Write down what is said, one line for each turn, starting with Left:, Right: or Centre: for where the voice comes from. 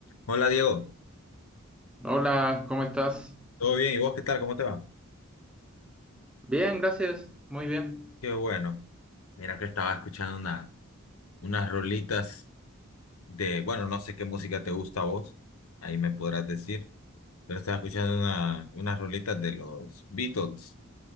Left: Hola Diego,
Centre: Hola, ¿cómo estás?
Left: ¿todo bien? ¿Y vos qué tal? ¿Cómo te va?
Centre: Bien, gracias, muy bien.
Left: Qué bueno. Mira que estaba escuchando una, unas rolitas de, bueno, no sé qué música te gusta a vos, ahí me podrás decir, pero estaba escuchando una, unas rolitas de los Beatles.